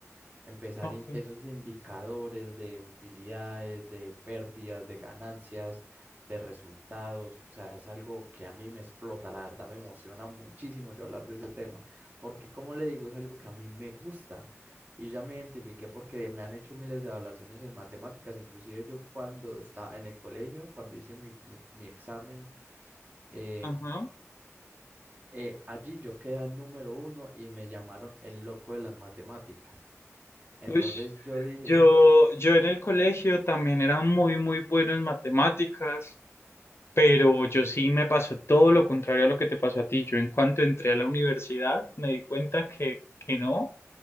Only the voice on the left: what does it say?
Ok.
Ajá.
Uy,
yo,
yo en el colegio también era muy, muy bueno en matemáticas, pero yo sí me pasó todo lo contrario a lo que te pasó a ti. Yo en cuanto entré a la universidad me di cuenta que, que no,